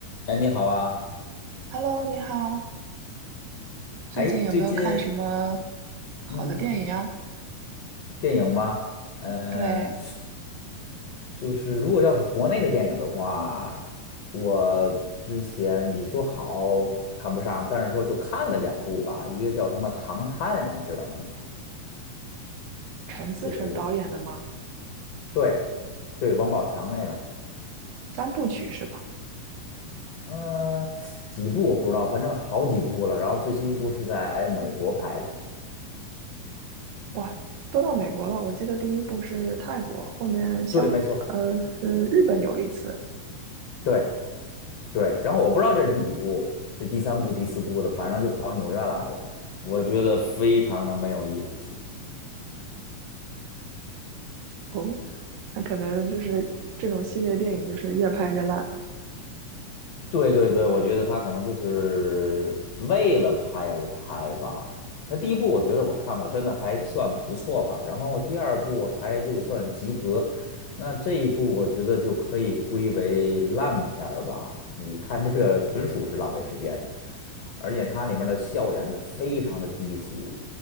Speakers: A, on the left; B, on the right.
A: 哎，你好啊！
B: Hello，你好，最近有没有看什么
A: 哎，最近
B: 好的电影啊？
A: 嗯，电影吗？嗯、
B: 对，
A: 就是如果要是国内的电影的话，我之前你说好谈不上，但是说就看了两部吧，一个叫什么《唐探》呀，你知道那个吗？
B: 陈思诚导演的吗？
A: 就是对对，王宝强那个，
B: 三部曲是吧？
A: 嗯、几部我不知道，反正好几部了。然后最新一部是在美国拍的，
B: 哇，都到美国了。我记得第一部是泰国，后面像呃是日本有一次
A: 对，没错儿对。对，然后我不知道这是第几部，这第三部、第四部的，反正就跑到纽约来了，我觉得非常的没有意思。
B: 哦。那可能就是这种系列电影就是越拍越烂，
A: 对对对，我觉得他可能就是为了拍而拍吧。他第一部我觉得我看过，真的还算不错吧。然后第二部还就算及格，那这一部我觉得就可以归为烂片儿吧。你看这个纯属是浪费时间。而且它里面的笑点是非常的低俗，